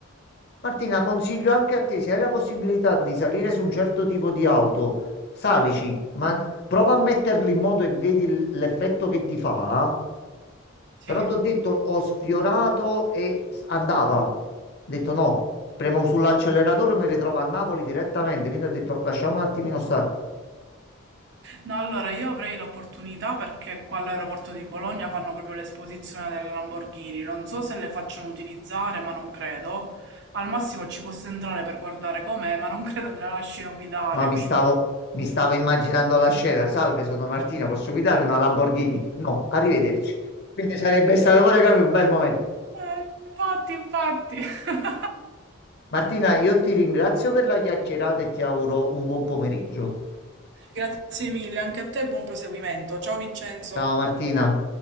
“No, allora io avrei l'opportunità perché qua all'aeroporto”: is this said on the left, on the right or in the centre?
Right